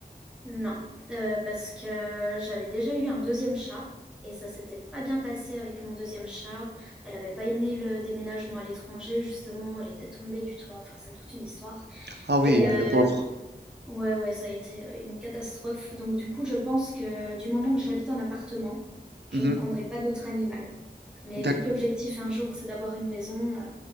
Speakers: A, in the centre; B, on the right (about 85°).
A: Non, euh, parce que j'avais déjà eu un deuxième chat et ça s'était pas bien passé avec mon deuxième chat. Elle avait pas aimé le déménagement à l'étranger, justement. Elle était tombée du toit. Enfin, c'est toute une histoire.
B: Ah oui,
A: Et euh,
B: la pauvre.
A: ouais, ouais, ça a été une catastrophe. Donc, du coup, je pense que du moment que j'habite en appartement, je
B: Mhm.
A: ne prendrai pas d'autre animal. Mais
B: D'ac-
A: vu que l'objectif un jour, c'est d'avoir une maison, euh,